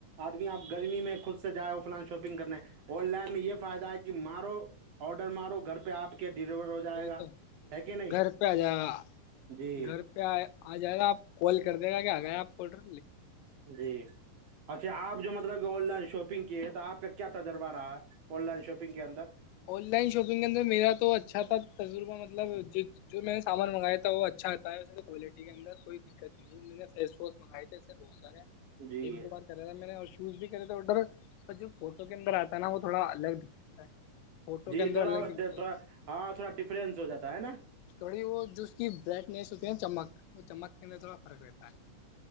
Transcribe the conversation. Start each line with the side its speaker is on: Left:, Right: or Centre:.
Right: آدمی آپ گرمی میں خود سے جا ہو لائن شاپنگ کرنے آن لائن میں یہ فائدہ ہے کہ مال آڈر مارو گھر پہ آپ کے ڈیلیور ہو جائے
Left: وہئی
Right: گا
Left: تو
Right: ہے کہ نہیں
Left: گھر پہ آ جائے گا
Right: جی
Left: گھر پہ آ جائے گا آپ کال کر د گا کہ آاں گئے آپ کوڈر
Right: جی اچھا آپ جو مطلب آن لائن شاپنگ کیے آ کا کیا تجربہ رہا ہے آن لائن شاپنگ کے اندر
Left: آن لائن شاپنگ کے اندر میرا تو اچھا تھا تجربہ مطلب جو میں نے سامان منگایا تھا وہ اچھا تھا بتایا ہے اسے کوالٹی کے اندر کوئی دقت ہے ان میں نے فیس واش منگائے تھے اسے بہ سارے
Right: جی
Left: ایک دو بار کرا تھا میں نے اور چوز بھی کرے تو ادر جو فوٹو کے اندر آتا ہے نا وہ تھوڑا الگ دکھتا ہے فوٹو
Right: جی
Left: کے اندر
Right: تھوڑا
Left: الگ دکھتے
Right: تھڑا
Left: ہے
Right: ہاں تھوڑا ڈفرینس ہو جاتا ہے نا
Left: تھوڑی وہ جو اس کی برائٹنیس ہوتی ہے نا چمک وہ چمک کے اندر تھوڑا فرق رہتا ہے